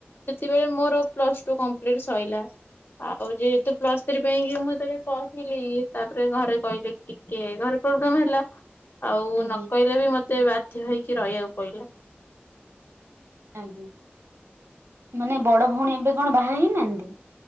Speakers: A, on the left; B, on the right.
A: ସେତବେଳେ ମୋର ପ୍ଲସ୍ ଟୁ କମ୍ପ୍ଲିଟ୍ ସଇଲା ଆଉ ଯେହେତୁ ପ୍ଲସ୍ ଥ୍ରୀ ପାଇଁ କି ମୁଁ ଯେତେବେଳେ କହିଲି ତାପରେ ଘରେ କହିଲେ ଟିକେ ଘରେ ପ୍ରୋବ୍ଲେମ୍ ହେଲା। ଆଉ
B: ଆଜ୍ଞା
A: ନ କହିଲେ ବି ମତେ ବାଧ୍ୟ ହେଇକି ରହିବାକୁ ପଇଲା।
B: ଆଜ୍ଞା ମାନେ ବଡ଼ ଭଉଣୀ ଏବେ କଣ ବାହା ହେଇନାହାନ୍ତି?